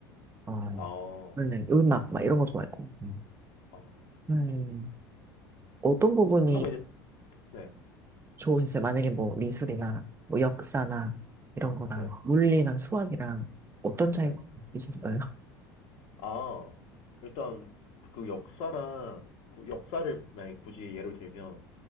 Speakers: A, on the right; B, on the left.
A: 어
B: 아,
A: 원래 음악 막 이런 거 좋아했고 음,
B: 아
A: 음, 어떤 부분이
B: 그러면 이제, 네,
A: 좋은지 만약에 뭐 미술이나 뭐 역사나 이런 거랑
B: 네,
A: 물리랑 수학이랑 어떤 차이
B: 네.
A: 있었어요?
B: 아, 일단 그 역사랑, 구- 역사를 만약에 굳이 예를 들면,